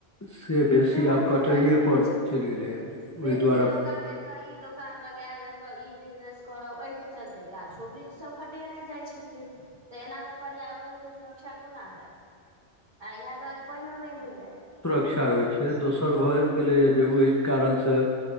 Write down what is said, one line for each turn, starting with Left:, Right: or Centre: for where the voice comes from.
Left: से बेसी
Right: सेहो नै
Left: कटैए
Right: केओ आब करै
Left: पर
Right: छथि
Left: चलि गेलैए ओहि
Right: बेसी
Left: दुआरे
Right: लोग आब एतऽ ई दोकान लग गायब एतऽ ई बिजनेस करब ओइके चलते गाछो वृक्ष सब हटेने जाइ छथिन तऽ एनामे पर्यावरणके सुरक्षा कोना हैत आ इएह दुआरे पानिओ नहि होइएा
Left: इच्षछा होइ छै दोसर भए गेलैए जे ओहि कारणसँ